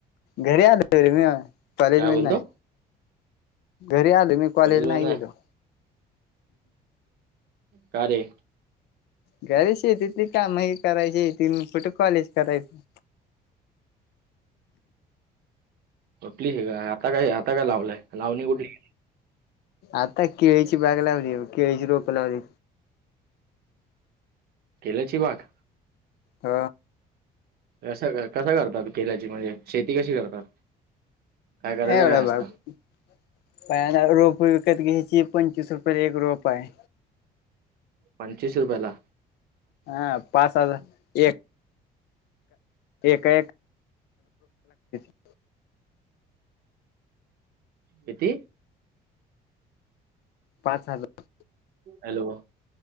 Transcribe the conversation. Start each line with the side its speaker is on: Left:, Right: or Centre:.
Left: घरी आलोे मी कॉलेजला
Right: काय बोलतो
Left: नाही घरी आलो मी कॉलेज
Right: वन
Left: नाही
Right: आहे
Left: गेलो
Right: का रे?
Left: घर शेतीतली काम हे करायची तीन पुुठ कॉलेज करायचं.
Right: प्ली हे का आता काय आता काय लावलाय लावणी कुठे
Left: आता केळीची बाग लावली केळीची रोप लावली
Right: केल्याची बाग
Left: ह
Right: कस कस करतात केल्याची म्हणजे शेती कशी करतात काय करायचं
Left: एवढ
Right: काय असतं
Left: बर <unintelligible> प रोप विकत घ्यायची पंचीस रुपयेला एक रोप आहे.
Right: पंचवीस रुपयाे ला
Left: हा पाच हजार एक <unintelligible>
Right: कीती?
Left: पाच हजार,
Right: हॅलो